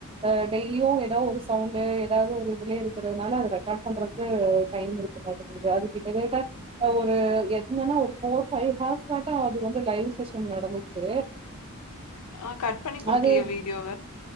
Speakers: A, on the right; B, on the left.
A: அ டெய்லியு ஏதோ ஒரு சவுண்டு ஏதாவது ஒரு இதுலயே இருக்கிறதுனால அது ரெக்கார்ட் பண்றக்கு டைம் இருக்க மாட்டேங்குது அதுக்கிட்டதட்ட ஒரு எட்னன்னா ஒரு ஃபோர் பைவ் ஹார்ஸ் ஆட்டோ அது வந்து லைவ் செஷன் நடந்துச்சு
B: ஆ கட் பண்ணி குடுக்கலையா
A: அது
B: வீடியோவ